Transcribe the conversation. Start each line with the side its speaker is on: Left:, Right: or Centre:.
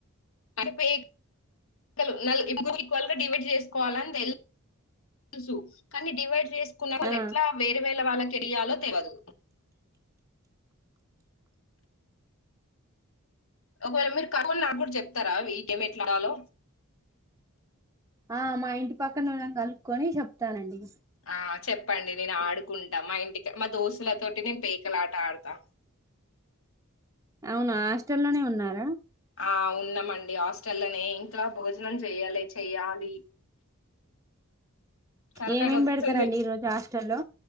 Left: కలిపై ముక్కలు నలుగురి ఈక్వల్ గా డివైడ్ చేసుకోవాలని తెలుసు కానీ డివైడ్ చేసుకున్న వాళ్ళ
Right: ఆ
Left: ఎట్లా వేర్ వేళ వాళ్ళకి తెలియాలో తెల్వదు ఒకవేళ మీరు కనుకొని నాకు కూడా చెప్తారా ఈ గేం ఎట్లాడాలో
Right: ఆ మా ఇంటి పక్కనోళ్లని కనుక్కొని చెప్తానండి.
Left: ఆ చెప్పండి నేను ఆడుకుంటా మా ఇంటికి మా దోస్తులతోటి నేను పేకలాట ఆడతా
Right: అవునా హాస్టల్లోనే ఉన్నారా
Left: ఆ ఉన్నామండి హాస్టల్లనే ఇంకా భోజనం చేయ్యలే చెయ్యాలి. తలకాయ
Right: ఏమేమి
Left: నొత్తుంది.
Right: పెడతారండి ఈ రోజు హాస్టల్లో